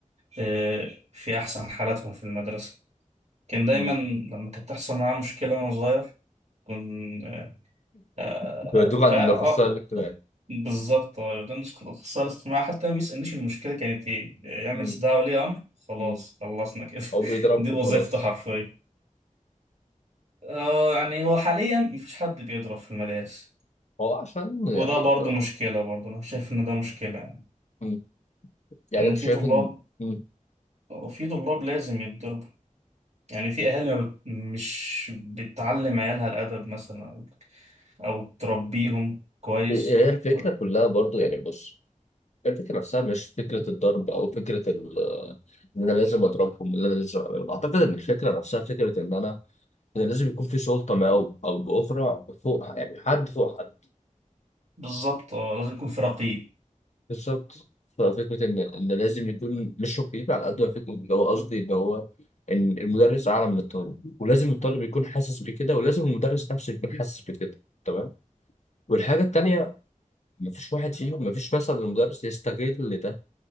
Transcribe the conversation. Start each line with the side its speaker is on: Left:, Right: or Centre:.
Right: آه، في أحسن حالاتهم في المدرسة كان دايما
Left: مم.
Right: لما كانت تحصل معاه مشكلة وأنا صغير كنت آه
Left: بيودوك عند
Right: آه
Left: الاخصائي
Right: آه
Left: الاجتماعي
Right: بالظبط آه، ده نسخة الاختصار الاجتماعي حتى ما بيسألنيش المشكلة كانت إيه يعمل
Left: مم.
Right: استدعاء ولي أمر خلاص
Left: مم.
Right: خلصنا كده
Left: هو بيضربك
Right: <laughs> دي
Left: وخلاص
Right: وظيفته حرفيا آه يعني هو حاليا مفيش حد بيضرب في المدارس
Left: هو عشان يعني
Right: وده برضو
Left: انت
Right: مشكلة برضو أنا شايف إن ده مشكلة يعني
Left: مم. يعني
Right: إن
Left: انت
Right: في
Left: شايف
Right: طلاب
Left: ان مم.
Right: في طلاب لازم يتضربوا يعني في أهالي ما بت... مش بتعلم عيالها الأدب مثلا او تربيهم كويس
Left: هي الفكرة
Right: ف-
Left: كلها برضو يعني بص الفكرة نفسها مش فكرة الضرب أو فكرة ال- إن أنا لازم أضربهم إن أنا لازم أعملهم أعتقد إن الفكرة نفسها فكرة إن أنا إن لازم يكون في سلطة ما أو أو بأخرى فوق يعني حد فوق حد
Right: بالظبط اه لازم يكون في رقيب
Left: بالظبط ففكرة إن إن لازم يكون مش رقيب على قد ما فكرة اللي هو قصدي اللي هو إن المدرس أعلى من الطالب ولازم الطالب يكون حاسس بكده ولازم المدرس نفسه يكون حاسس بكده تمام والحاجة التانية مفيش واحد فيهم مفيش مثلا المدرس يستغل ده